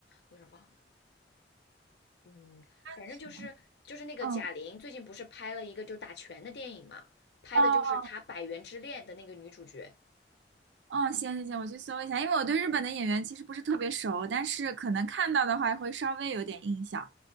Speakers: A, on the left; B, on the right.
A: 我有点忘了，嗯，反正就是就是那个贾玲最近不是拍了一个就打拳的电影嘛，
B: 是吗嗯
A: 拍的就是她《百元之恋》的那个女主角，
B: 哦嗯，行行行，我去搜一下，因为我对日本的演员其实不是特别熟，但是可能看到的话会稍微有点印象